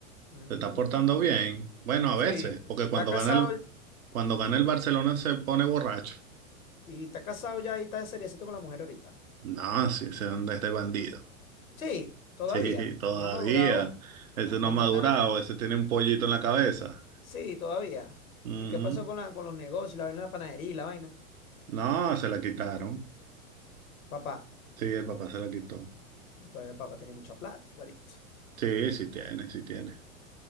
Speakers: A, on the left; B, on the right.
A: Mm,
B: Se está portando bien. Bueno, a
A: sí,
B: veces,
A: t-
B: porque cuando
A: está casado
B: gana el, cuando gana el Barcelona se pone borracho.
A: y está casado ya y está seriecito con la mujer ahorita.
B: No, sí, se anda este bandido. <laughs>
A: Sí, todavía.
B: Sí, todavía.
A: No ha madurado,
B: Ese
A: ha
B: no
A: condenado.
B: ha madurado, ese tiene un pollito en la cabeza.
A: Sí, todavía.
B: Ujú.
A: ¿Y qué pasó con la, con los negocios, la vaina de la panadería y la vaina?
B: No, se la quitaron.
A: Papá,
B: Sí, el papá se la quitó.
A: todavía el papá tiene mucha plata, igualito.
B: Sí, sí tiene, sí tiene.